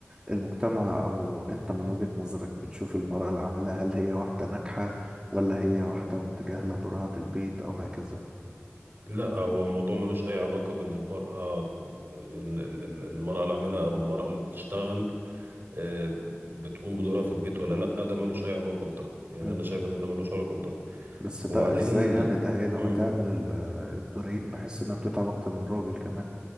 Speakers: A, on the right (about 20°); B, on the right (about 45°).
A: المجتمع او انت من وجهة نظرك بتشوف المرأة العاملة هل هي واحدة ناجحة ولا هي واحدة متجاهلة دورها في البيت او هكذا
B: لا هو الموضوع ملوش اي علاقة بان المرأة إن ال- ال- المرأة العاملة او المرأة اللي بتشتغل أه بتقوم بدورها في البيت ولا لا ده ملوش اي علاقة بده يعني
A: مم.
B: انا شايف ان ده ملوش علاقة بده
A: بس ده
B: وبعدين
A: ازاي يعني ده هي لو
B: مم.
A: هتعمل ال- الدورين بحس انها بتتعب اكتر من الراجل كمان